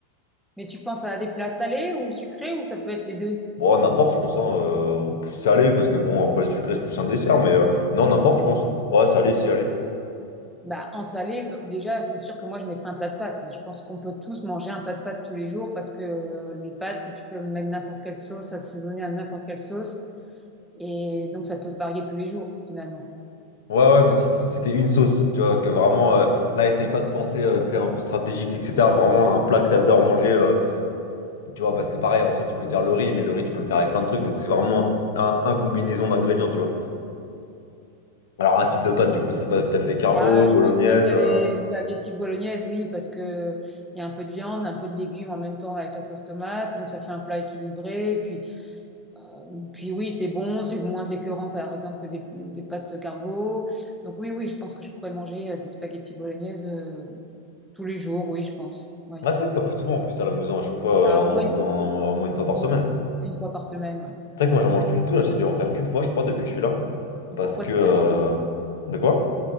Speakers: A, in the centre; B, on the left (about 80°).
A: Mais tu penses à des plats salés ou sucrés ou ça peut être les deux?
B: Bon, n'importe, je pense, hein, euh, plus salé, parce que bon, après le sucré, c'est plus un dessert, mais euh, non, n'importe, je pense. Ouais, salé, si, allez.
A: Bah, en salé, b- déjà, c'est sûr que moi, je mettrais un plat de pâtes. Je pense qu'on peut tous manger un plat de pâtes tous les jours parce que euh, les pâtes, tu peux mettre n'importe quelle sauce, assaisonner à n'importe quelle sauce. Et donc, ça peut varier tous les jours, finalement.
B: Ouais, ouais, mais si c'était une sauce, tu vois, que vraiment, euh, là, essaye pas de penser, euh, tu sais, un peu stratégique, etc. Vraiment, un plat que t'adores manger, euh, tu vois, parce que pareil, en soi, tu peux dire le riz, mais le riz, tu peux le faire avec plein de trucs, donc c'est vraiment un, un combinaison d'ingrédients, tu vois. Alors, un type de pâte, du coup, c'est quoi? Peut-être les carbos,
A: Bah,
B: bolognaise.
A: je pense que ça serait
B: Euh...
A: des spaghettis bolognaises, oui, parce que il y a un peu de viande, un peu de légumes en même temps avec la sauce tomate. Donc, ça fait un plat équilibré. Puis, Euh, Puis oui, c'est bon, c'est moins écœurant par exemple que des, des pâtes carbo. Donc oui, oui, je pense que je pourrais manger euh, des spaghettis bolognaises euh, tous les jours, oui, je pense. Oui.
B: Ah, c'est vrai que t'en fais souvent, en plus, à la maison, à chaque fois,
A: Bah,
B: euh, on
A: au
B: en
A: moins
B: mange
A: une
B: quoi,
A: fois,
B: en- au moins une fois par semaine.
A: une fois par semaine, ouais.
B: C'est vrai que moi, j'en mange plus du tout, là, j'ai dû en faire qu'une fois, je crois, depuis que je suis là.
A: Et
B: Parce
A: Pourquoi
B: que.
A: c'est
B: euh,
A: tellement,
B: De quoi?